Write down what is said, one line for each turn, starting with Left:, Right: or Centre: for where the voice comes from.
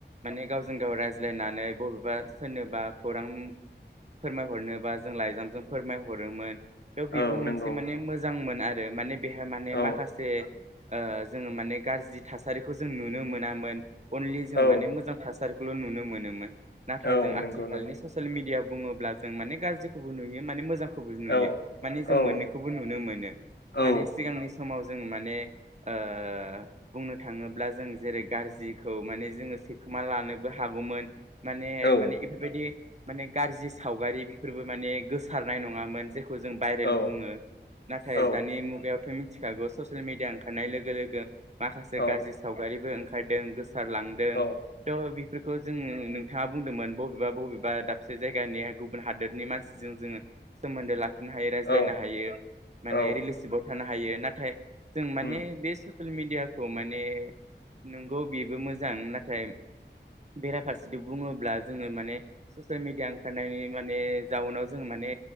Right: माने गाव। जों गाव रायज्लायनानै बबेब बा सोरनोबा खौरां फोरमायहरनोबा जों लाइजामजों फोरमायहरोमोन। बेयाव बेबो
Left: औ
Right: मोनसे
Left: नंगौ
Right: माने मोजां मोन। आरो माने बेहा माने
Left: औ
Right: माखासे ओ जोङो माने गाज्रि थासारिखौ जों नुनो मोनामोन। अनलि जों
Left: औ
Right: माने मोजां थास सारखौल' नुनो मोनोमोन। नाथाय
Left: औ
Right: जों
Left: नंगौ
Right: आथिखालनि
Left: नंगौ
Right: ससियेल मिडियाआव बुङोब्ला जों माने गाज्रिखौबो नुयो माने मोजांखौ बो नुयो
Left: औ
Right: माने जों
Left: औ
Right: मोननैखौबो नुनो मोनो
Left: औ
Right: माने सिगांनि समाव जों माने ओ बुंनो थाङोब्ला जों जेरै गाज्रिखौ माने जोङो सिखोमा लानोबो हागौमोन। माने
Left: औ
Right: माने इफोरबायदि माने गाज्रि सावगारि बेफोरबो माने गोसारनाय नङामोन जे खौ जों भाइरेल
Left: औ
Right: बुङो नाथाय
Left: औ
Right: दानि मुगायावथ' मि थिखागौ ससियेल मिडिया ओंखारनाय लोगो लोगो माखासे
Left: औ
Right: गाज्रि सावगारिबो ओं खारदों गोस ओंखारलांदों
Left: औ
Right: थेवबाबो बेफोरखौ जोङो नों बिथाङा बुंदोंमोन बबेबा बबेबा दाबसे जायगानि गुबुन हादोरनि मानसिजों जोङो सोमोन्दो लाखि खिनो हायो रायज्लायनो
Left: औ
Right: हायो माने
Left: औ
Right: रिलेसिबाव थानो हायो। नाथाय जों माने
Left: उम
Right: बे सो ससेल मिडियाखौ माने नोंगौ बेबो मोजां नाथाय बेराफारसे जदि बुङोब्ला जोङो माने ससियेल मिडिया ओंखारनायनि माने जाउनाव जोङो माने